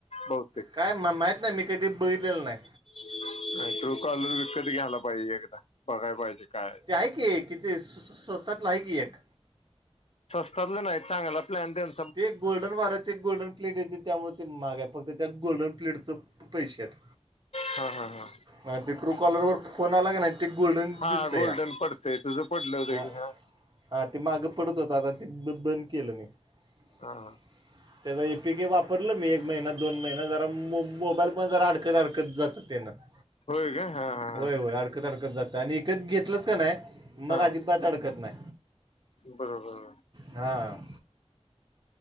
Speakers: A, on the left; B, on the right.
A: हो...
B: काय म, माहीत नाही मी कधी बघितलेलं नाही.
A: काय ट्रू कॉलर विकत घ्यायला पाहिजे एकदा बघाय पाहिजे काय हायत?
B: काय ते किती स्वस्तातलं आहे की एक
A: स्वस्तातलं नाही चांगला प्लॅन तेन...
B: ते गोल्डन वाराची ते एक गोल्डन प्लेट येते त्यामुळे ते मागे फक्त त्या गोल्डन प्लेटचं... पैशात..
A: हा हा हा
B: ह ते ट्रू कॉलर फोन आला क नाय ते गोल्डन
A: हा
B: दिसतंया....
A: गोल्डन पडतंय तुझं पडलं होतं
B: ह
A: की हा
B: हां ते मागं पडत होत आता तिथंन बंद केलं मी.. !
A: हा.. हा...
B: <inaudible> त्याचां ए पी के वापरलं मी एक महिना दोन महिना जरा मो मोबाईल पण जरा अडकत अडकत जातो त्यानं....
A: होय काय... हा हा
B: होय
A: ह!
B: होय अडकत, अडकत जातय आणि इकत घेतलंच क नाय मग
A: हा
B: अजिबात अडकत नाय....
A: बरोबर...
B: हा....